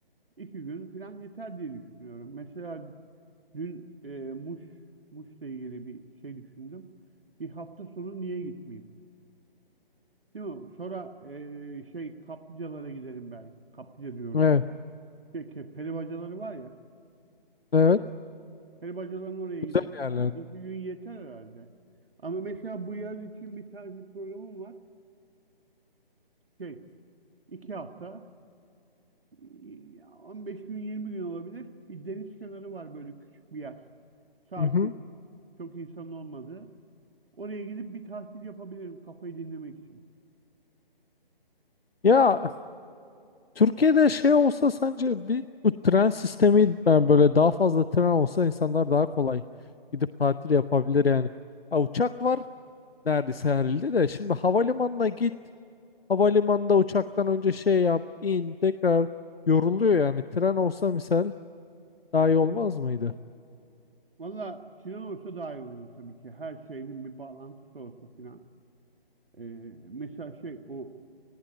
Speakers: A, on the right (about 70°); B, on the left (about 80°).
A: iki gün falan yeter diye düşünüyorum. Mesela dün e, Muş, Muş'la ilgili bir şey düşündüm. Bir hafta sonu niye gitmeyeyim? Değil mi? Sonra e, şey kaplıcalara giderim belki. Kaplıca diyorum.
B: evet,
A: Peki peri bacaları var ya.
B: evet.
A: Peri bacalarının oraya giderim.
B: Güzel yerler.
A: İki, iki gün yeter herhalde. Ama mesela bu yaz için bir tatil programım var. Şey, iki hafta. i- ya 15 gün 20 gün olabilir. Bir deniz kenarı var böyle küçük bir yer. Sakin.
B: Mhm.
A: Çok insanın olmadığı. Oraya gidip bir tatil yapabilirim kafayı dinlemek için.
B: Ya Türkiye'de şey olsa sence bir bu tren sistemi yani böyle daha fazla tren olsa insanlar daha kolay gidip tatil yapabilir yani. Ha, uçak var neredeyse her ilde de şimdi havalimanına git havalimanında uçaktan önce şey yap in tekrar yoruluyor yani tren olsa misal daha iyi olmaz mıydı?
A: Valla tren olsa daha iyi olur tabii ki. Her şeyin bir bağlantısı olsa filan. Ee, mesela şey o